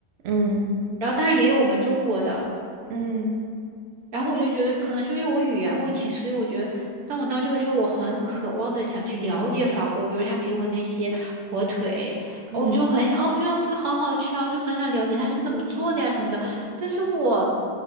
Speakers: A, on the right (about 70°); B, on the right (about 55°).
A: 嗯
B: 然后当然也有我们中国的，
A: 嗯
B: 然后我就觉得，可能是因为我语言问题，所以我觉得，当我到这个之后，我很渴望的想去了解法国，比如他给我那些火腿，
A: 嗯
B: 我就很想，哦，我觉得这个好好吃啊，我就很想了解它是怎么做的呀什么的，
A: 嗯。
B: 但是我